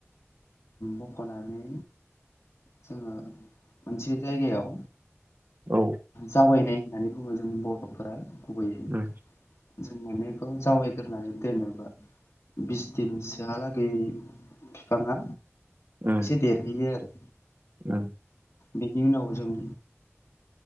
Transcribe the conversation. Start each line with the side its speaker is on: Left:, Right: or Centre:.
Left: मखनानै जोङो मोनसे जायगायाव
Right: औ
Left: जावैनाय होननानै बुङो जों बर'फोरा गुबैयै
Right: उम
Left: जों माने इखौ जावायग्रोनानै दोनोबा बिस दिनसोहालागै बिफाङा
Right: उम
Left: एसे देरहैयो आरो
Right: उम
Left: बेनि उनाव जों